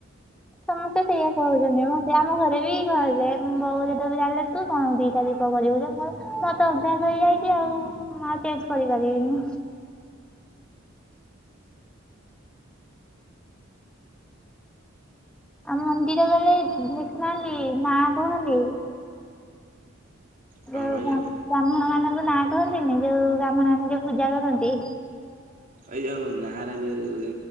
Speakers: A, in the centre; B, on the right (about 40°).
A: ସମସ୍ତେ ସେଇଆ କହୁଛନ୍ତି ମତେ ଆମ ଘରେ ବି କହିଲେ ବଉ ଯେତେବେଳେ ଜାଣିଲେ ତୁ। ହଁ ଦିଇଟା ଦିଇଟା କରିବୁ ଯେ ମୁଁ ମୋର ତ ଅଭ୍ୟାସ ହେଇଯାଇଛି ଆଉ ମୁଁ ଆଉ ଚେଞ୍ଚ କରିପାରିବିନି। ଆଉ ମନ୍ଦିର ଗଲେ ଦେଖୁନାହାନ୍ତି ନାଁ କୁହନ୍ତି।
B: କଣ
A: ଯୋଉ
B: କହିବେ?
A: ବ୍ରାହ୍ମଣ ମାନଙ୍କୁ ନାଁ କହନ୍ତିନି ଯୋଉ ବ୍ରାହ୍ମଣ ମାନେ ଯୋଉ ପୂଜା କରନ୍ତି।
B: ଏଇ ଯଉ ନାହାର ଯଉ